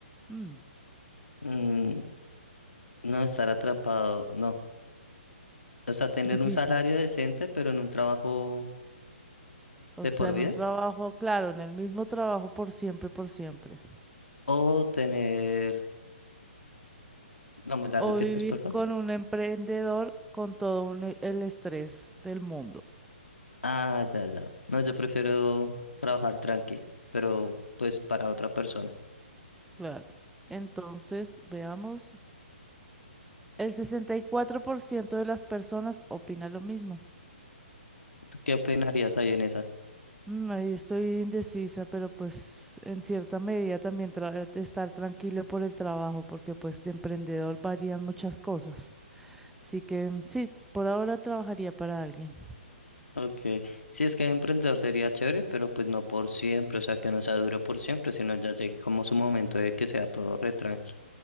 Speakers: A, in the centre; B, on the left.
A: Mm,
B: Mm, no estar atrapado, no. O sea, tener
A: difícil.
B: un salario decente, pero en un trabajo
A: O
B: de por
A: sea, en
B: vida.
A: un trabajo, claro, en el mismo trabajo por siempre, por siempre.
B: O tener... No, ¿me la
A: O
B: repites,
A: vivir
B: por favor?
A: con un emprendedor con todo un- el estrés del mundo.
B: Ah, ya, ya. No, yo prefiero trabajar tranqui, pero pues para otra persona.
A: Claro. Entonces, veamos. El 64% de las personas opina lo mismo.
B: ¿Tú qué opinarías ahí en esa?
A: Mm, ahí estoy indecisa, pero pues en cierta medida también tra- estar tranquilo por el trabajo, porque pues de emprendedor varían muchas cosas. Así que mm, sí, por ahora trabajaría para alguien.
B: Ok, sí es que emprendedor sería chévere, pero pues no por siempre, o sea, que no sea duro por siempre, sino ya llegue como su momento de que sea todo re tranqui.